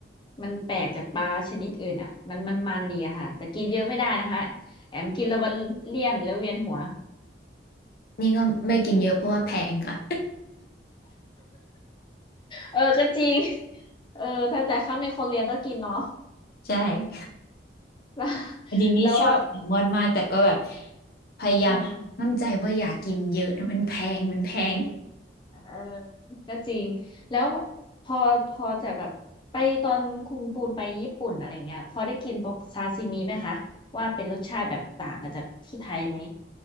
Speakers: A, on the left; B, on the left.
A: มันแปลกจากปลาชนิดอื่นอ่ะมันมันมันดีอะค่ะแต่กินเยอะไม่ได้นะคะแอมกินแล้วมันเลี่ยนแล้วเวียนหัว
B: นี่ก็ไม่กินเยอะเพราะว่าแพงค่ะ
A: เออก็จริงเออถ้าแต่ข้าเป็นคนเลี้ยงก็กินเนาะ
B: <laughs> ใช่
A: <laughs>
B: จริงๆนี่ชอบแซลมอนมากแต่ก็แบบ
A: แล้วแล้วแบบ
B: พยายามห้ามใจว่าอย่ากินเยอะนะมันแพงมันแพง
A: เออเออก็จริงแล้วพอพอจะแบบไปตอนคุณปูนไปญี่ปุ่นอะไรเงี้ยพอได้กินพวกซาซิมิไหมคะว่าเป็นรสชาติแบบต่างกับจากที่ไทยไหม